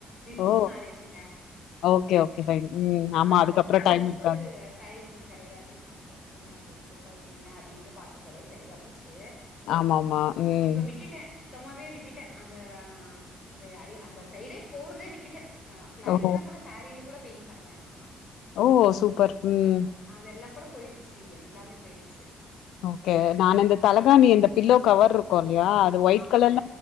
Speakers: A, on the left; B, on the left.
A: பீபோர்
B: ஓ!
A: மேரேஜுங்க
B: ஓகே, ஓகே. ஃபைன். ம். ஆமா
A: ஆப்டர்
B: அதுக்கப்புறம்
A: மேரேஜு
B: டைம் இருக்காது.
A: டைம் கிடையாது அதுக்கப்புறோ நம்மளுக்கு குழந்தைங்க அது இது பாத்துக்கவே சரியா போச்சு
B: ஆமாமா ம்.
A: இப்ப விட்டுட்டே சுத்தமாவே விட்டுட்டே அந்த அந்த ஐ அந்த சைடே போறதே விட்டுட்டே ஆா க்ல
B: ஓஹோ
A: இதுல கூட சேரிலக் கூட பெயிண்ட் பண்ணுவேன் நா
B: ஓ சூப்பர் உம்
A: அதெல்லா கூட போயிடுச்சு எல்லாமே போயிடுச்சு
B: ஓகே நான் இந்த தலகாணி இந்தந்த பில்லோ கவர் இருக்கு இல்லயா அது ஒயிட்
A: ஆமாங்க
B: கலர்